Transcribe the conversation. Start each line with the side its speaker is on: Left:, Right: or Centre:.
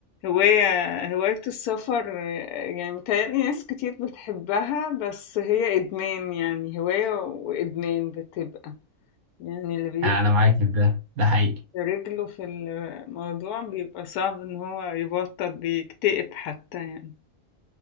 Left: هواية هواية السفر آه، يعني متهيألي ناس كتير بتحبها بس هي إدمان يعني هواية وإدمان بتبقى يعني اللي بيبقى
Right: انا معاكي في ده ده حقيقي
Left: رجله في الموضوع بيبقى صعب ان هو يبطل بيكتئب حتى يعني